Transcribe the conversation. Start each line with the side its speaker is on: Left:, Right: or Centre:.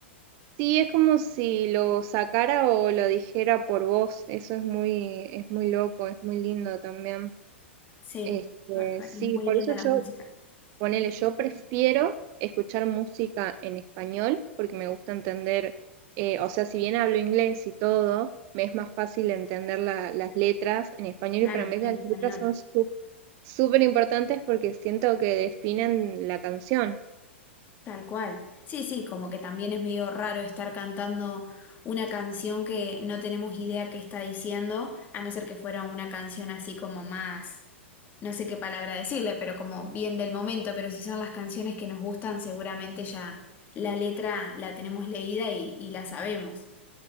Right: Sí, es como si lo sacara o lo dijera por vos, eso es muy, es muy loco, es muy lindo también.
Left: Sí,
Right: Este,
Left: la verdad
Right: sí,
Left: que es muy
Right: por
Left: linda
Right: eso yo
Left: la música.
Right: Ponele, yo prefiero escuchar música en español porque me gusta entender, eh, o sea, si bien hablo inglés y todo, me es más fácil entender la- las letras en español
Left: Claro,
Right: y para mí las
Left: en español.
Right: letras son su- súper importantes porque siento que definen la canción.
Left: Tal cual. Sí, sí, como que también es medio raro estar cantando una canción que no tenemos idea qué está diciendo, a no ser que fuera una canción así como más, no sé qué palabra decirle, pero como bien del momento, pero si son las canciones que nos gustan, seguramente ya la letra la tenemos leída y, y la sabemos.